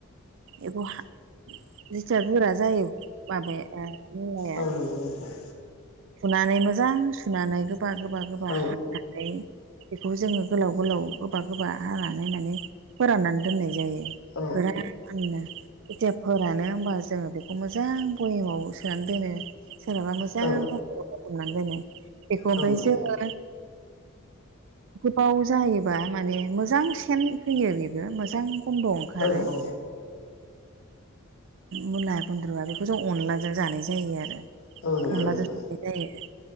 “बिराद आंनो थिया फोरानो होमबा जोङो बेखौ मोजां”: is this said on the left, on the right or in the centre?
Right